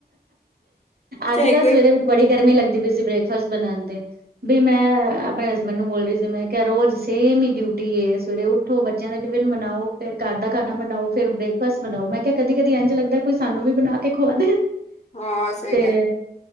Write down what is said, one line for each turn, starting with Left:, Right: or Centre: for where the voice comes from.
Right: ਅੱਜ
Left: ਚਾਹੇ
Right: ਤਾਂ ਸਵੇਰੇ,
Left: ਕੋਈ
Right: ਮੈਨੂੰ ਬੜੀ ਗਰਮੀ ਲੱਗਦੀ ਪਈ ਸੀ। ਬ੍ਰੇਕ ਫਾਸਟ ਬਣਾਦੇ। ਵੀ ਮੈਂ ਆਪਣੇ ਹਸਬੈਂਡ ਨੂੰ ਬੋਲ ਰਹੀ ਸੀ। ਮੈਂ ਕਿਹਾ ਰੋਜ਼ ਸਹੀ ਨੀ ਡਿਊਟੀ ਏ, ਸਵੇਰੇ ਉੱਠੋ ਬ ਪਹਿਲੇ ਟਿਫਿਨ ਬਣਾਓ। ਫਿਰ ਘਰ ਦਾ ਖਾਣਾ ਬਣਾਓ। ਫਿਰ ਬ੍ਰੇਕਫਾਸਟ ਬਣਾਓ। ਮੈਂ ਕਿਹਾ ਕਦੀ ਕਦੀ ਇੰਝ ਲੱਗਦਾ। ਕੋਈ ਸਾਨੂੰ ਵੀ ਬਣਾ ਕੇ ਖਵਾ ਦੇਣ,
Left: ਹਾਂ ਸਹੀ
Right: ਤੇ
Left: ਗੱਲ